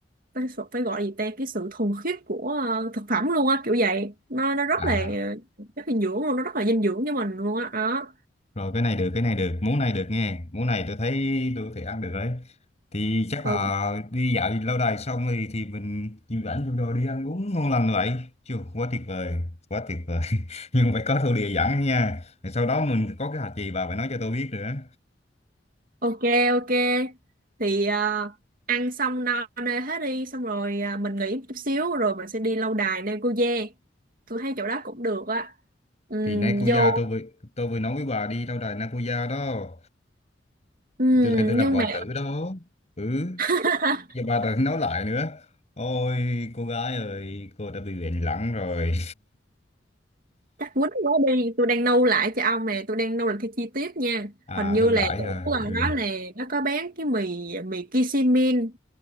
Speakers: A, on the right (about 50°); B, on the left (about 35°).
A: phải, phải gọi là gì ta cái sự thuần khiết của ờ, thực phẩm luôn á kiểu vậy nó nó rất
B: à
A: là rất là dinh dưỡng luôn nó rất là dinh dưỡng cho mình luôn á đó.
B: rồi cái này được cái này được món này được nghe món này tôi thấy tôi có thể ăn được đấy thì chắc
A: ừ
B: là đi dạo lâu đài xong thì thì mình chịu rảnh vô đồ đi ăn uống ngon lành vậy chưa quá tuyệt vời quá tuyệt vời <laughs> nhưng phải có thổ địa dẫn nha rồi sau đó mình có cái hạt gì bà phải nói cho tôi biết nữa
A: ok ok thì à, ăn xong no nê hết đi xong rồi à, mình nghỉ một chút xíu rồi mình sẽ đi lâu đài Nam Cô Giang tôi thấy chỗ đó cũng được á Ừm,
B: thì Nakuya
A: vô
B: tôi vừa tôi vừa nói với bà đi lâu đài Nakuya đó
A: Ừm,
B: tôi lên tôi làm
A: nhưng
B: hoàng
A: mà
B: tử đó ừ
A: <laughs>
B: giờ bà ta nói lại nữa ôi cô gái ơi cô đã bị bệnh lẳng rồi
A: chắc quýnh quá đi tôi đang nâu lại cho ông nè tôi đang nâu lại theo chi tiết nha
B: à
A: hình như
B: lưu
A: là
B: lại à
A: chỗ gần
B: ừ.
A: đó là nó có bán cái mì mì Kishimin